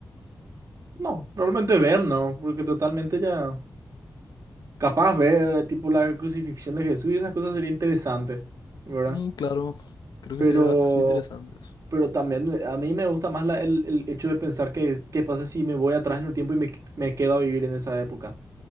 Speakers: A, on the right; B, on the left.
A: No, realmente ver, no, porque totalmente ya capaz ver, tipo, la crucifixión de Jesús y esas cosas sería interesante, ¿verdad?
B: Mm, claro, creo
A: Pero...
B: que sería bastante interesante.
A: Pero también eh, a mí me gusta más la- el, el hecho de pensar que qué pasa si me voy atrás en el tiempo y me, me quedo a vivir en esa época.